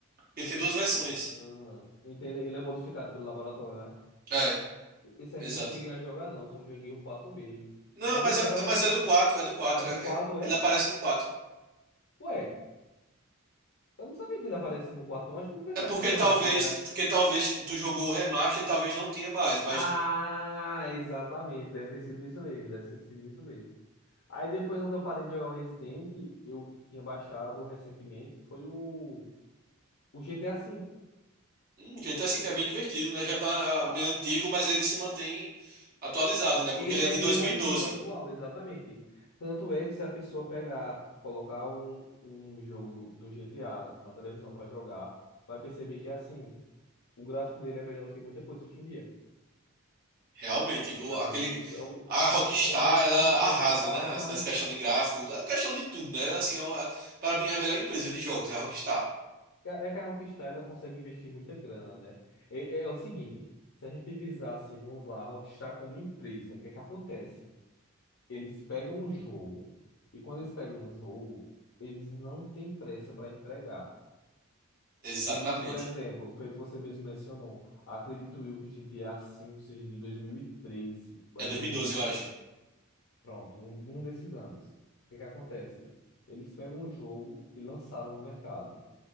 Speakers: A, on the right (about 40°); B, on the left (about 60°).
A: Ele tem duas versões.
B: Ah, ah. então ele, ele é modificado pelo laboratório, né?
A: É,
B: Esse aí
A: exato.
B: eu não cheguei a jogar, não, só joguei o 4 mesmo.
A: Não,
B: Mas
A: mas
B: eu, eu
A: é,
B: tava.
A: mas
B: ve-
A: é do 4. é do 4.
B: É do
A: é-
B: 4
A: é-
B: é?
A: ele aparece no 4.
B: Ué. Eu não sabia que ele aparecia no quarto, não. Acho que eu não prestei
A: É porque
B: atenção,
A: talvez,
B: não, que ele era.
A: que talvez tu jogou o remaster e talvez não tenha mais, mas
B: Ah, exatamente. Deve ter sido isso mesmo. Deve ter sido isso mesmo. Aí depois, quando eu parei de jogar o Resident, eu tinha baixado recentemente, foi o, o GTA V.
A: Um GTA V é bem divertido, né? Já tá ah,
B: Ah,
A: meio antigo, mas ele se mantém atualizado, né? Porque
B: Ele
A: ele é
B: é
A: de
B: meio
A: dois mil
B: antigo
A: e doze
B: atual, exatamente. Tanto é que se a pessoa pegar, colocar um, um jogo do GTA na televisão para jogar, vai perceber que assim, o gráfico dele é melhor do que muita coisa hoje em dia.
A: realmente, viu?
B: Dá
A: Aquele...
B: muito disso. É um,
A: A Rockstar,
B: é um jogo
A: ela
B: que o tempo
A: arrasa,
B: passa,
A: né? Assim,
B: mas
A: Nessa questão de gráfico, na questão de tudo, né? Assim, é uma- para mim, é a melhor empresa de jogos é a Rockstar.
B: É que a Rockstar ela consegue investir muita grana, né? É, é é o seguinte, se a gente visasse, vamos lá, a Rockstar como empresa, o que é que acontece? Eles pegam um jogo e quando eles pegam um jogo, eles não têm pressa para entregar.
A: Exatamente.
B: Ele, por exemplo, feito você mesmo mencionou, acredito eu que GTA V seja de 2013 ou
A: É
B: é
A: dois
B: dois
A: mil e doze
B: mil e doze,
A: eu acho.
B: Pronto, um, um desses anos. O que é que acontece? Eles pegam o jogo e lançaram no mercado.